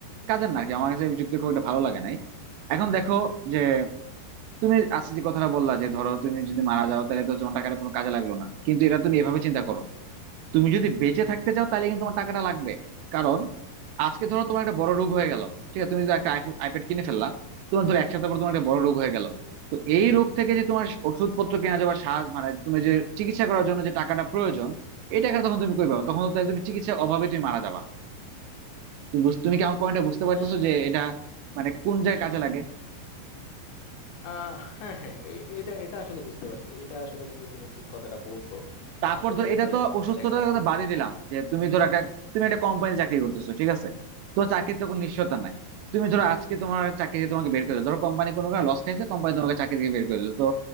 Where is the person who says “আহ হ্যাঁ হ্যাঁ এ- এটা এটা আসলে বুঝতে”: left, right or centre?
Left